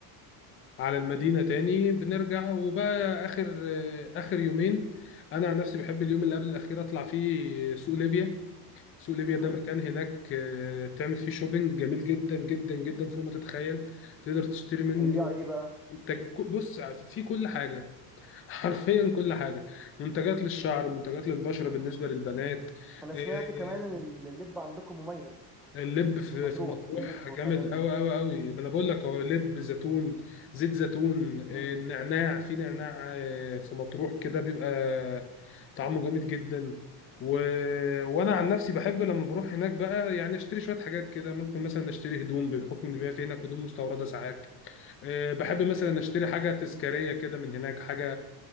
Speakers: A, on the left (about 25°); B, in the centre.
A: على المدينة تاني بنرجع وبقى آخر آخر يومين أنا عن نفسي بحب اليوم اللي قبل الأخير أطلع فيه سوق ليبيا سوق ليبيا
B: مم.
A: ده مكان هناك آه، تعمل فيه شوبينج جميل جدا جدا جدا فوق ما تتخيل تقدر تشتري منه
B: ده بيبيع ايه بقى
A: منتج ك- بص في كل حاجة <laughs> حرفيا كل حاجة منتجات للشعر منتجات للبشرة بالنسبة للبنات
B: انا سمعت
A: آه،
B: كمان ان اللب عندكم مميز
A: اللب في
B: مطروح
A: في مطروح
B: اللب
A: جامد
B: والحاجات
A: قوي
B: دي
A: قوي قوي ما انا بقول لك هو لب زيتون زيت زيتون آه،
B: مم.
A: نعناع في نعناع آه، في مطروح كده بيبقى طعمه جامد جدا و... وانا عن نفسي بحب لما بروح هناك بقى يعني اشتري شويه حاجات كده ممكن مثلا اشتري هدوم بحكم ان بيبقى في هناك هدوم مستورده ساعات آه، بحب مثلا
B: ايوه
A: اشتري حاجه
B: فاهم
A: تذكاريه كده من هناك حاجه